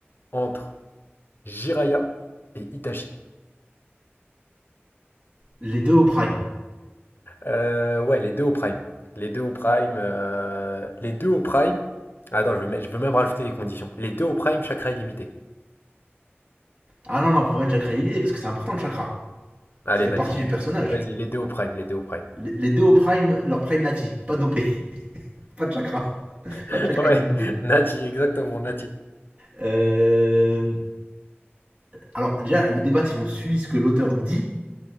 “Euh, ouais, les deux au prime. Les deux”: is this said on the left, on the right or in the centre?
Left